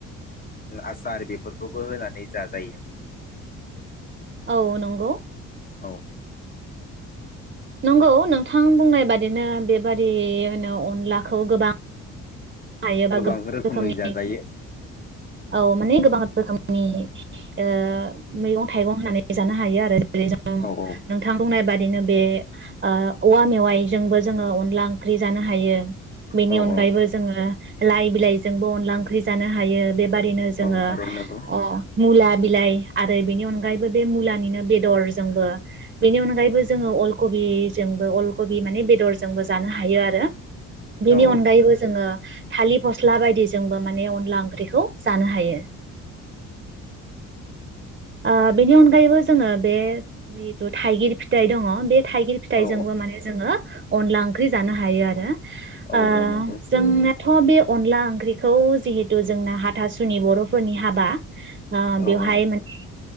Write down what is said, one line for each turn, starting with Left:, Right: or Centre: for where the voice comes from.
Left: आसार बेफोरखौबो होनानै जाजायो।
Right: औ नंगौ
Left: औ
Right: नंगौ नोंथां बुंनाय बादिनो बेबादिनो अनलाखौ गोबां हायोबा
Left: गोबां रोखोमै
Right: रोखोमनि
Left: जाजायो।
Right: औ माने गोबां रोखोमनि ओ मैगं थाइगं होनानै जानो हायो आरो रै जों
Left: औ औ
Right: नोंथां बुंनाय बाद दिनो बे ओ औवा मेवाइजोंबो जोङो अनला ओंख्रि जानो हायो बेनि
Left: औ
Right: अनगायैबो
Left: औ
Right: जों लाइ बिलाइजोंबो अनला ओंख्रि जानो हायो बे बादिनो जोङो
Left: औ थारैनो नंगौ
Right: अ मुला बिलाइ आरो बेनि अनगायैबो बे मुलानिनो बेदरजोंबो बेनि अनगायैबो जोङो अलकबिजोंबो अलकबि माने बेदर जोंबो जानो हायो आरो बेनि
Left: औ
Right: अनगायैबो ओ थालिर फस्ला बायदिजोंबो माने अनला ओंख्रिखौ जानो हायो ओ बेनि अनगायैबो जोङो बे जिहेथु थाइगिर फिथाइ दङ बे थाइगिर फिथाइजोंबो
Left: औ
Right: माने जोङो अनला ओंख्रि जानो हायो आरो
Left: औ
Right: ओ
Left: औ नंगौ
Right: जोङो थ बे अनला ओंख्रिखौ जिहेतु जोंना हाथासुनि बरफोरनि हाबा अ
Left: औ
Right: बेवहाय
Left: औ
Right: माने